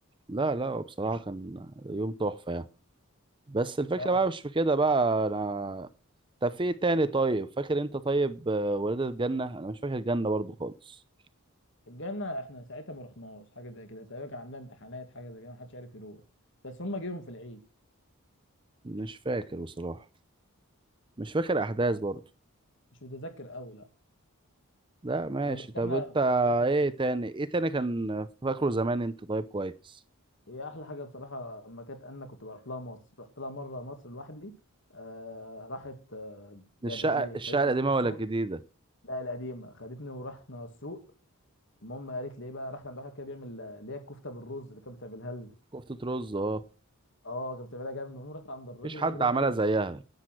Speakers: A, on the right (about 20°); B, on the left (about 55°).
A: لا لا بصراحه كان يوم تحفه يعني بس الفكره
B: اه
A: بقى مش في كده بقى انا طب في ايه تاني طيب فاكر انت طيب آه، ولاد الجنه انا مش فاكر الجنه برضو خالص
B: الجنه احنا ساعتها ما رحناش حاجه زي كده تقريبا كان عندنا امتحانات حاجه زي كده ما حدش عارف يروح بس هم جيهم في العيد
A: مش فاكر بصراحه مش فاكر احداث
B: لا
A: برضو
B: مش متذكر قوي لا
A: لا ماشي
B: ده بس
A: طب
B: احنا
A: انت
B: ده
A: ايه تاني ايه تاني كان فاكره زمان انت طيب كويس
B: هي احلى حاجه بصراحه اما كانت انا كنت بروح لها مصر رحت لها مره مصر لوحدي آه راحت آه جابت
A: الشقة
B: لي
A: الشقة
B: خدتني
A: القديمة
B: معاها السوق
A: ولا الجديدة
B: لا القديمه خدتني ورحنا السوق المهم قالت لي ايه بقى رحنا عند واحد كده بيعمل آه، اللي هي الكفته بالرز اللي كانت بتعملها لنا
A: كفتة رز اه
B: اه كانت بتعملها جامد المهم رحت عند الراجل
A: مفيش
B: الراجل
A: حد
B: راح
A: عملها
B: ايه
A: زيها